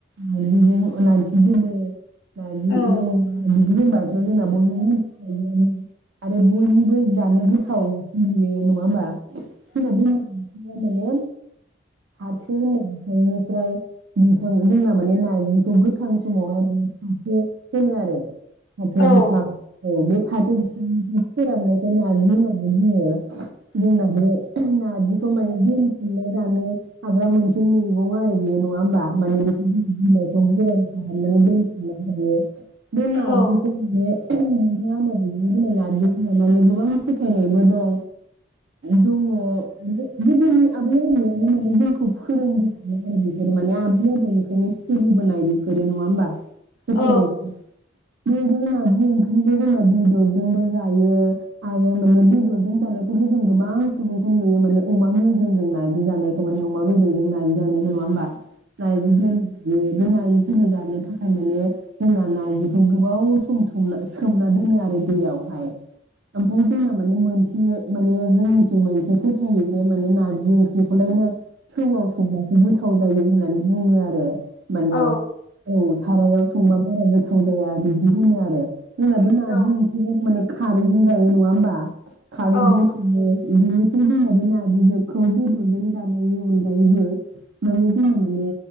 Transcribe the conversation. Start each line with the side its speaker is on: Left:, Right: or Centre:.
Right: नारजिजों अनांसि दिल <unintelligible> नारजिजों
Left: औ
Right: अमा बिदि होनबथ' जोंना बयबो मिनथि खायो <unintelligible> आरो बयनिबो जा नो गोथाव नुयो नङा होमबा? बिनाब <unintelligible> मया माने फाथो होननाय बिफांनिफ्राय बिफां जोंना माने नार्जिखौ गोथां समावहाय माने <unintelligible> फाथो होनो आरो। फाथो
Left: औ
Right: बिफां औ बे फाथो बिफांनिफ्राय फोराननायखौ नारजि होननानै बुङो जोंना बे नारजिखौ माने दोनथुमना जानो हाग्रा मोनसे मैगं आरो बेयो नङा होमबा माने बेखौ बिलाइखौ गोरान खालामनानै दोनथुमनानै जायो बे नारजिखौ
Left: औ
Right: माने नोंथाङा माबादि होनो नारजिखौ लानानै गोबां फोथायनायबो दं दङ गो -गोदोनि आबै आबौवानो जोंखौ फोरों आरो बेफोर माने आबै आबौनिफ्रायनो सोलिबोनाय बेफोरो नङा होबा फोथायनायफोरा
Left: औ
Right: बे ज नारजि ओंख्रिखौ जोंना बेदरजोंबो जायो आरो माने बेदरजों जानायखौथ' जों गोबां सुबुंखौ नुयो माने अमा मिजेमजों नारजि जानाय न अमा बेदरजों नारजि जानायखौ नङा होनोमबा नाय बिदिनो माने बे <unintelligible> जानो थाखाय माने जोंना नार्जिखौ गोबाव सम सोमना-सोमना दोनो आरो दैयावहाय ओमफ्राय जोंना माने मोनसे माने जोंनिखि मोनसे फोथायो जे माने नार्जि ओंख्रिखौलायनो थौआव संबासो गोथाव जायो होननानै बुङो आरो माने
Left: औ
Right: औ सारायाव संबा बारा गोथां जाया बिदि होनो आरो जोंनाबो बे नारजि
Left: औ
Right: माने खारैजों जायो बे नङा होमबा खारैदों
Left: औ औ
Right: सोङो इदिनो थि जोंना बो नारजिखौ बेदरजों जानो जानायनि अनगायैबो माने जोंना माने